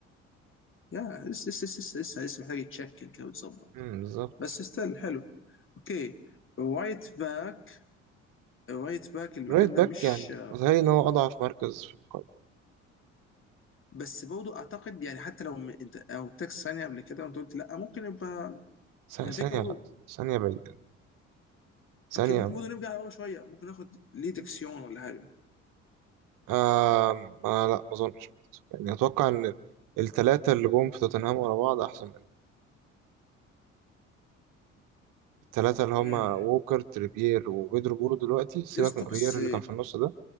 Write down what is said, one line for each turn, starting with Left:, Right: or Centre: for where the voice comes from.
Left: يا لسه لسه لسه لسه لسه محتاج يتشكل كده ويتظبط
Right: امم بالظبط
Left: بس ستيل حلو اوكي رايت باك رايت باك المكان
Right: رايت
Left: ده
Right: باك
Left: مش
Right: يعني بتهيألي ان هو اضعف مركز في القائمة
Left: بس برضه اعتقد يعني حتى لو م- انت او تاكس ثانيه قبل كده وانت قلت لا ممكن يبقى
Right: ث-
Left: ما الفكره
Right: ثانية
Left: برضه
Right: لا ثانية بعيدة ثانية
Left: اوكي ممكن
Right: بعيدة.
Left: برضه نرجع ورا شويه ممكن ناخد ليه ديكسيون ولا حاجه
Right: آم... آه ما لا ما اظنش برضه يعني اتوقع ان الثلاثة اللي جم في توتنهام ورا بعض احسن منه الثلاثة اللي هما
Left: امم
Right: ووكر تريبير وبيدرو بورو دلوقتي سيبك
Left: يا اسطى
Right: من اوريير
Left: بس
Right: اللي كان في النص ده